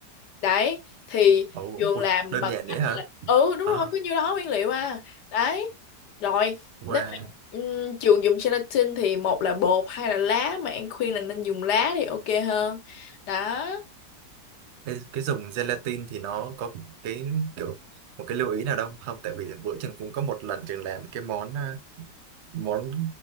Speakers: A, on the left; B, on the right.
A: Đấy. Thì
B: Ồ,
A: Trường
B: ui
A: làm
B: đơn
A: bằng
B: giản
A: cách
B: vậy hả
A: là... Ừ đúng
B: ờ
A: rồi, có nhiêu đó nguyên liệu à. Đấy. Rồi.
B: qua
A: Nếu mà ừm, Trường dùng gelatin thì một là bột hay là lá. Mà An khuyên là nên dùng lá thì ok hơn. Đó.
B: cái, cái dùng gelatin thì nó có cái kiểu một cái lưu ý nào đâu không tại vì bữa trường cũng có một lần trường làm cái món à, món